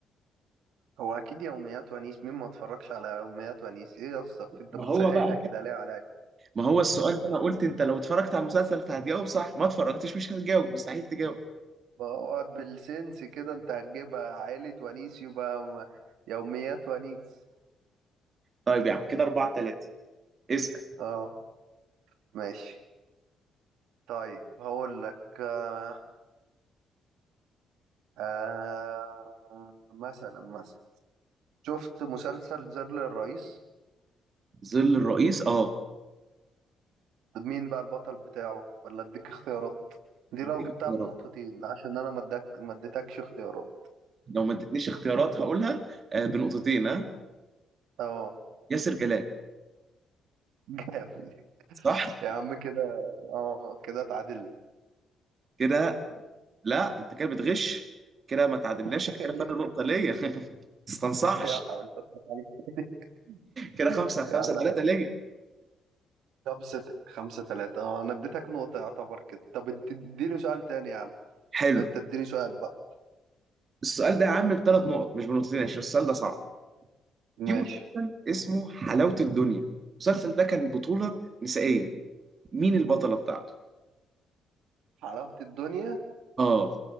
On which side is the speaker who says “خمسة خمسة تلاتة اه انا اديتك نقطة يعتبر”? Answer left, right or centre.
Right